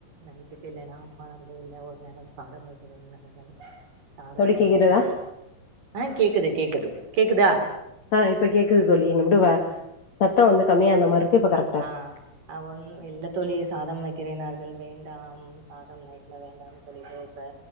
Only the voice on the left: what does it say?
தோழி
கேக்குதா
ஆஹ் இப்ப கேக்குது தோழி நடுவ சத்த வந்து கம்மியான மாரி இருக்கு இப்ப கரெக்டா இருக்கு